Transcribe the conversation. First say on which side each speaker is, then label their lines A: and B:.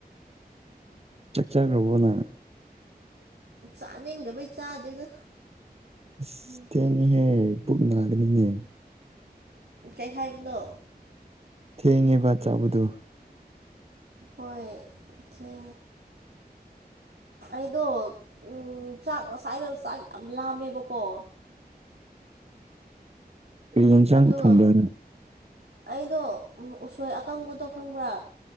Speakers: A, on the right; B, on the right.
A: ꯆ ꯆꯥ ꯈꯔꯕꯣꯅꯪ
B: ꯆꯥꯅꯤꯡꯗꯕꯩ ꯆꯥꯗꯦꯗ
A: ꯑꯁ ꯊꯦꯡꯉꯦꯍꯦ ꯕꯨꯛ ꯅꯥꯒꯅꯤꯅꯦ
B: ꯀꯩ ꯍꯥꯏꯕꯅꯣ
A: ꯊꯦꯡꯉꯦꯕꯠ ꯆꯥꯕꯗꯨ
B: ꯍꯣꯏ ꯊꯦ ꯑꯗ ꯎꯝ ꯆꯥꯛ ꯉꯁꯥꯏꯗ ꯆꯥꯛ ꯌꯥꯝ ꯂꯥꯝꯃꯦꯕꯀꯣ
A: ꯀꯔꯤꯟꯁꯥꯡ
B: ꯑꯗꯨꯒ
A: ꯊꯨꯡꯕ
B: ꯑꯩꯗꯣ ꯎꯁꯣꯏ ꯑꯀꯪꯕꯗꯣ ꯈꯪꯕ꯭ꯔꯥ